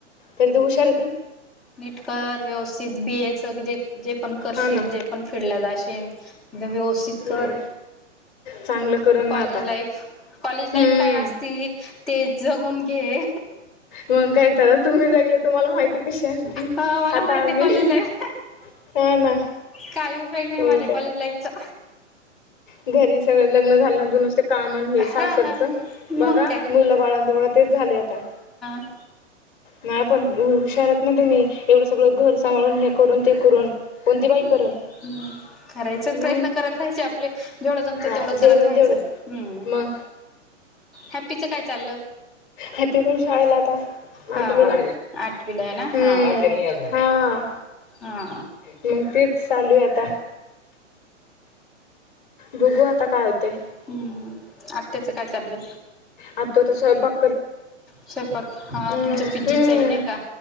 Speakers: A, on the left; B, in the centre.
A: तरी तू हुशारे ती.
B: नीटकर व्यवस्थित बी ए च जे जे पण करशील
A: हा ना
B: जे पण फिडला जाशेल, व्यवस्थित
A: नाही
B: कर.
A: चांगलं करल
B: कॉलेज
A: ना आता
B: लाईफ कॉलेज लाईफ
A: हम्म
B: काय असती ते जगून घे.
A: मग काय त तुम्ही जगले तुमला माहिती कशी आ
B: मला
A: आता
B: माहिती
A: आम्ही
B: आहे कॉलेज लाईफ
A: ना हा ना
B: काही उपयोग नाही माझ्या
A: उलट्या
B: कॉलेज लाईफचा
A: घरी सगळं लग्न झाल्यानंतर नुसतं कामन हे
B: हा
A: सासरचं
B: मग
A: बघा मुलं बाळांचं बघा तेच झाले आता.
B: हह
A: नाही पण हुशारत ना तुम्ही एवढं सगळं घर सांभाळून हे करून ते करून कोणती बाई
B: हम्म
A: करण
B: करायचा प्रयत्न
A: मग
B: करत राहायचं आपण आपल जेवढं जमतं
A: हा
B: तेवढं
A: जेवढं
B: करत राहायचं
A: तेवढं
B: हम्म.
A: मग
B: हॅपीचं काय चाललं?
A: हॅप्पी पण शाळेला आता
B: हा
A: आठवीला
B: आठवीला आहे ना
A: हम्म
B: हा
A: हा
B: हा
A: मग तेच चालू आहे आता बघू आता काय होते.
B: हम्म हम्म आत्याचं काय चाललं?
A: आत्तू आता स्वयंपाक
B: स्वयंपाक हा
A: हम्म
B: तुमचं पिज्जीचं आहे नाही का